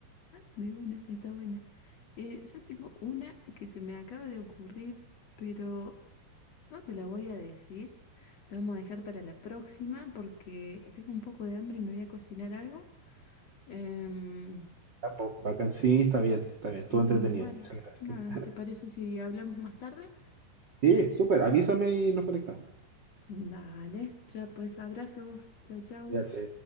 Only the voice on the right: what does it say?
Ah, pues, bacán, sí, está bien, está bien. Estuvo
entretenido.
Muchas gracias.
Sí, súper. Avísame y nos conectamos.
Cuídate.